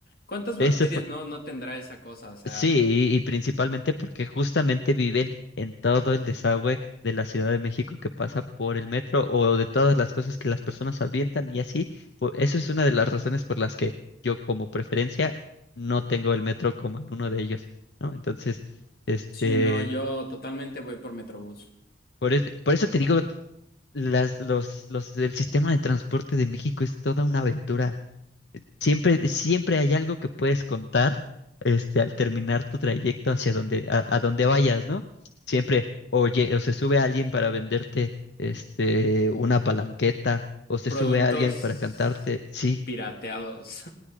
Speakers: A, on the left (about 55°); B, on the left (about 75°).
A: ¿cuántas bacterias
B: Ese fue,
A: no, no tendrá esa cosa? O sea,
B: sí, y, y principalmente porque justamente viven en todo el desagüe de la Ciudad de México que pasa por el metro o de todas las cosas que las personas avientan y así. Por, eso es una de las razones por las que yo como preferencia no tengo el metro como en uno de ellos, ¿no? Entonces, este,
A: si no, yo totalmente voy por Metrobús.
B: por, es- por eso te digo, las, los, los, el sistema de transporte de México es toda una aventura. Siempre, siempre hay algo que puedes contar, este, al terminar tu trayecto hacia donde, a, a donde vayas, ¿no? Siempre, oye, o se sube alguien para venderte, este, una palanqueta, o se
A: Productos
B: sube alguien para cantarte, sí.
A: pirateados.